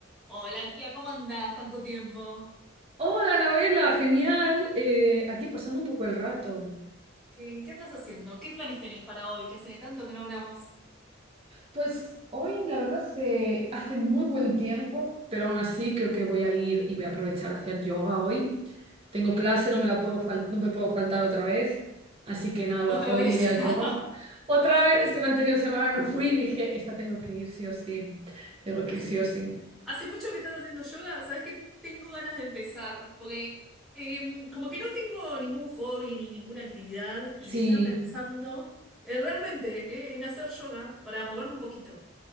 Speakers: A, in the centre; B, on the right.
A: Hola, tía, ¿cómo andás? Tanto tiempo.
B: Hola, novela, genial. Eh, aquí pasando un poco el rato.
A: ¿Qué, qué andas haciendo? ¿Qué planes tenés para hoy? Que hace tanto que no hablamos.
B: Pues hoy, la verdad, se hace muy buen tiempo, pero aún así creo que voy a ir y voy a aprovechar a hacer yoga hoy. Tengo clase, no me la puedo fal- no me puedo faltar otra vez. Así que nada,
A: Otra
B: hoy
A: vez.
B: iré a yoga.
A: <laughs>
B: Otra vez, es que la anterior semana no fui y dije, esta tengo que ir sí o sí. Tengo que
A: Hace
B: ir sí o sí.
A: hace mucho que estás haciendo yoga. Sabes que tengo ganas de empezar, porque em, como que no tengo ningún hobby ni ninguna actividad y
B: Sí,
A: estaba pensando eh, realmente eh, en hacer yoga para moverme un poquito.